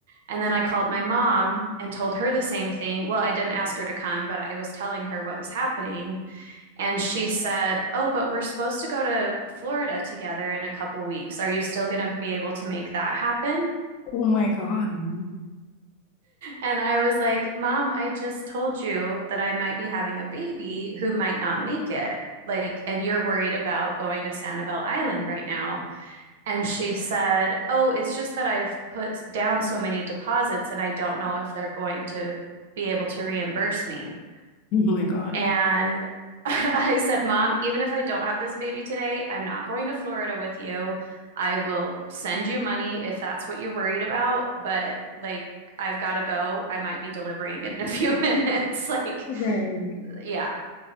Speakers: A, on the right; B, on the left.
A: and then I called my mom and told her the same thing. Well, I didn't ask her to come, but I was telling her what was happening. And she said, "Oh, but we're supposed to go to Florida together in a couple weeks. Are you still going to be able to make that happen?"
B: Oh my God. <laughs>
A: And I was like, Mom, I just told you that I might be having a baby who might not make it. Like, and you're worried about going to Sanibel Island right now. And she said, Oh, it's just that I've put down so many deposits and I don't know if they're going to be able to reimburse me.
B: Oh my God.
A: And <laughs> I said, Mom, even if I don't have this baby today, I'm not going to Florida with you. I will send you money if that's what you're worried about, but like, I've got to go. I might be delivering in a few <laughs> minutes. Like,
B: Right.
A: yeah.